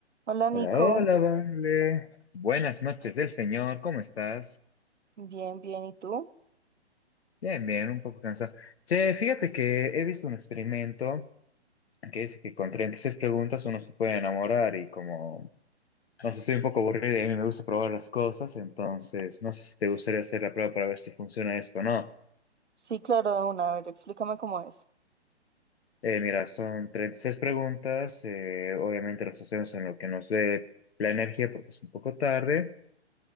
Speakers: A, on the right; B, on the left.
A: Hola Nico,
B: Hola, hola, vale. Buenas noches del señor, ¿cómo estás?
A: bien, bien, ¿y tú?
B: Bien, bien, un poco cansado. Che, fíjate que he visto un experimento que dice que con 36 preguntas uno se puede enamorar y como, no sé, estoy un poco aburrido y a mí me gusta probar las cosas, entonces no sé si te gustaría hacer la prueba para ver si funciona esto o no.
A: Sí, claro, de una, a ver, explícame cómo es.
B: Eh, mira, son 36 preguntas, eh, obviamente las hacemos en lo que nos dé la energía porque es un poco tarde.